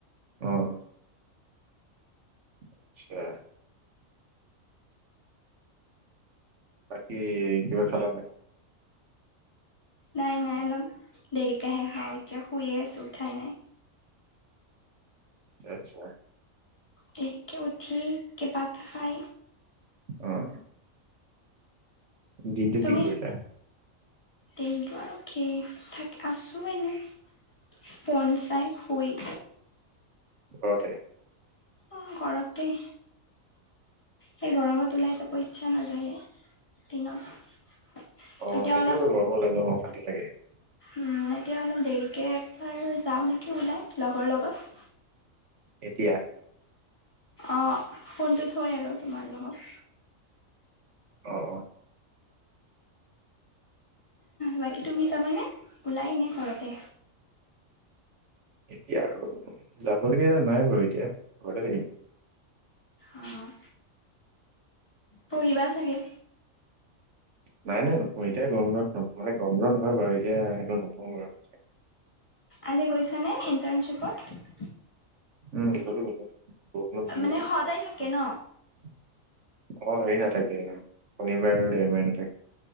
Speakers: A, on the right; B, on the left.
A: আহ আচছা বাকী কিবা খালা নাই
B: নাই নাই অলপ দেৰিকাহে খাওঁ এতিয়া শুয়ে আছো উঠাই নাই
A: আত্ছা
B: তেৰিকে উঠি কেৈ বাট খ
A: অহ। দিনটো
B: তুমি
A: কি কৰিলা?
B: দিনটো আৰু কি থাক আছোঁ এনে ফোন চাই শুই।
A: ঘৰতেই।
B: অ', ঘৰতেই। সেই গৰমত ওলাই যাব ইচ্ছা নাযায়েই দিনত।
A: অ',
B: এতিয়া অলপ
A: সেই <unintelligible> লাগে।
B: উম এতিয়া অলপ দেৰিকে একবাৰ যাওঁ নেকি ওলাই লগৰ লগত।
A: এতিয়া।
B: অ', ফোনটো থৈ আৰু তোমাৰ লগত।
A: অ', অ'।
B: বাকী
A: আচ্ছা
B: তুমি যাব নে ওলাই নে ঘৰতে।
A: এতিয়া আৰু যাবলগীয়া নাই বাৰু এতিয়া ঘৰলে থাকিম।
B: অঁ পঢ়িবা চাগে।
A: নাই নাই নপো এতিয়া গৰমত মানে গৰমবন্ধ নহয় বাৰু এতিয়া সেইটো নপো আৰু।
B: আজি গৈছানে ইণ্টাৰ্ণশ্বিপত।
A: উম, বৰষুণত জিকিলো।
B: মানে সদায় থাকে ন
A: অ', হেৰি নাথাকে শনিবাৰে আৰু দেওবাৰে নাথাকে।